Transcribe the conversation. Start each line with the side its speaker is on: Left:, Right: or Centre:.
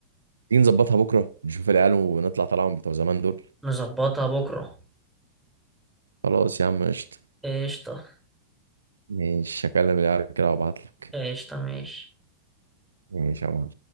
Right: تيجي نظبطها بكره نشوف العيال ونطلع طلعهم بتوع زمان دول
Centre: نظبطها بكرة
Right: خلاص يا عم قشطه
Centre: قشطة
Right: ماشي هكلم العيال كده وابعت لك
Centre: قشطة ماشي
Right: ماشي يا معلم